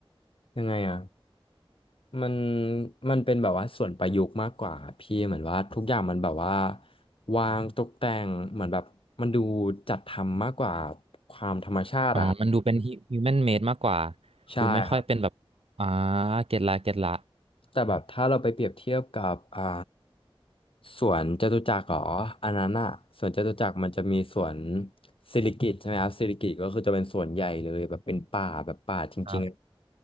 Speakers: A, on the left; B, on the right.
A: ยังไงอะมันมันเป็นแบบว่าส่วนประยุกต์มากกว่าพี่เหมือนว่าทุกอย่างมันแบบว่าวางตกแต่งเหมือนแบบมันดูจัดทำมากกว่าความธรรมชาติอะครับ
B: อ๋อมันดูเป็นฮิวแมนเมดมากกว่า
A: ใช่ครับ
B: ดูไม่ค่อยเป็นแบบอ่าเก็ตละเก็ตละ
A: แต่แบบถ้าเราไปเปรียบเทียบกับอ่าสวนจตุจักรหรออันนั้นอะสวนจตุจักรมันจะมีสวนสิริกิติ์ใช่ไหมครับสิริกิติ์ก็คือจะเป็นสวนใหญ่เลยแบบเป็นป่าแบบป่าจริงๆอะ
B: ครับ